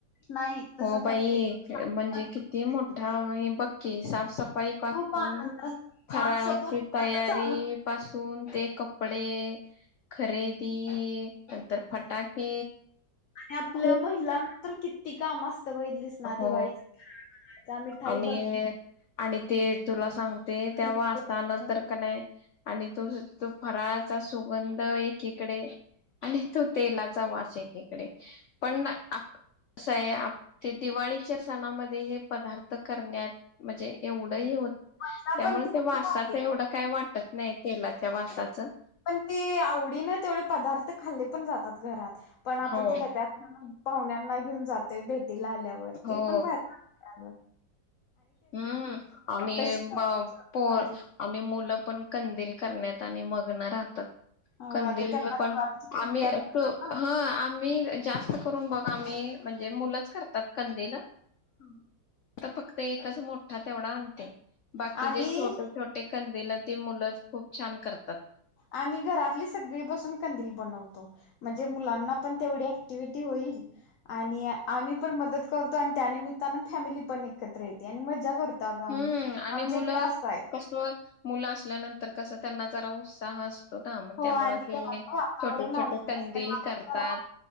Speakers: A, on the left; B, on the left.
A: नाही तसं
B: हो बाई
A: प्रत्येक सणात
B: म्हणजे किती मोठा
A: होते.
B: बघ की साफ सफाई ई पासून
A: खूप आनंद असतो
B: फराळाची
A: साफसफाई
B: तयारी
A: आता चालू
B: पासून ते कपडे खरे दी
A: हो.
B: नंतर फटाके
A: आणि आपल्या
B: खूप
A: महिला तर किती काम असत वहिलीस ना
B: हो
A: दिवाळीचा घरा बनवायच्या मिठाई
B: आणि
A: बनवाय
B: आणि ते तुला सांगते तेव्हाचताना
A: बोलवायचं.
B: तर का नाही आणि तो तो फराळाचा सुगंध एकीकडे आणि तो तेलाचा वास एकीकडे पण कसय ते दिवाळीच्या सणामध्ये हे पदार्थ करण्यात म्हणजे एवढंही होत
A: मजा
B: त्यामुळे
A: पण तितकी
B: त्या वासाच
A: होते.
B: एवढं काय वाटत नाही तेलाच्या वासाचं.
A: पण ते आवडी ना तेवढे पदार्थ खा ले पण जातात घरात. पण आपण
B: हो
A: ते डब्यात पाहुण्यांना घेऊन जाते भेट ला आल्यावर
B: हो
A: ते पण भर <unintelligible>
B: हम्म आणि
A: मग कशी बनवायची होती
B: पोर
A: भारी
B: आणि मुलं पण कंदील करण्यात आणि मग्न राहतात.
A: हो
B: कंदील
A: आता त्यांना
B: पण
A: दिवाळीच्या
B: आम्ही
A: सुट्ट्या पडतात
B: तो
A: ना
B: हं आम्ही जास्त करून बघ आम्ही म्हणजे मुलंच करतात कंदिल.
A: हम्म
B: तर फक्त एक च मोठा तेवढा आणते. बाकी
A: आणि
B: जे छोटे छोटे कंदील ती मुलंच खूप छान करत
A: आम्ही घरातली सगळी बसून कंदील बनवतो. म्हणजे मुलांना पण तेवढी ऍक्टिव्हटी होईल आणि आम्ही पण मदत करतो आणि त्यानिमित्तानं फॅमिली पण एकत्र येते आणि मज्जा करतो. ग आम्ही
B: हम्म आणि
A: आमचा
B: मुलं
A: हिकडं असं आहे.
B: कस मुलं असल्यानंतर कसं त्यांना जरा उत्साह मग
A: हो
B: त्यामुळ
A: आणि
B: ते
A: घरात वातावरण
B: छोटे
A: आनंद
B: छोटे कंदील
A: असताना आपण
B: करतात
A: जरा